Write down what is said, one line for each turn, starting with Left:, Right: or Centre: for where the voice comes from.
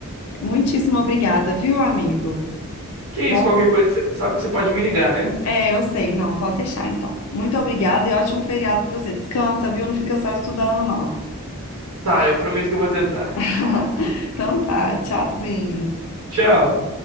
Left: Muitíssimo obrigada, viu, amigo?
Right: Que isso,
Left: Bom,
Right: qualquer coisa, você sabe que você pode me ligar, né?
Left: é, eu sei, não, pode deixar, então. Muito obrigada e ótimo feriado pra você. Descansa, viu? Não fica só estudando, não.
Right: Tá, eu prometo que eu vou tentar.
Left: <laughs> Então tá, tchauzinho.
Right: Tchau.